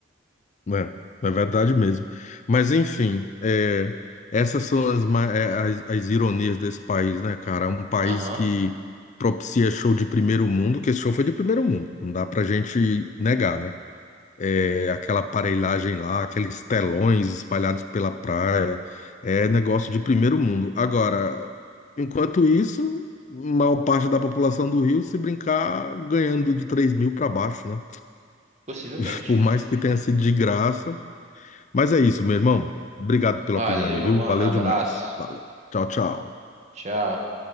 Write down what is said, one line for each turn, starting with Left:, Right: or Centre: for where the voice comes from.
Left: É, é verdade mesmo. Mas enfim, é, essas são as, ma- é, as, as ironias desse país, né, cara? Um país
Right: aham,
Left: que propicia show de primeiro mundo, que esse show foi de primeiro mundo, não dá pra gente negar, né? É, aquela aparelhagem lá, aqueles telões espalhados pela praia, é negócio de primeiro mundo. Agora, enquanto isso, maior parte da população do Rio, se brincar, ganhando de 3 mil para baixo, né?
Right: possivelmente.
Left: <laughs> Por mais que tenha sido de graça. Mas é isso, meu irmão. Obrigado pela
Right: Valeu,
Left: opinião aí, viu?
Right: mano,
Left: Valeu
Right: abraço.
Left: demais. Valeu. Tchau, tchau.
Right: Tchau.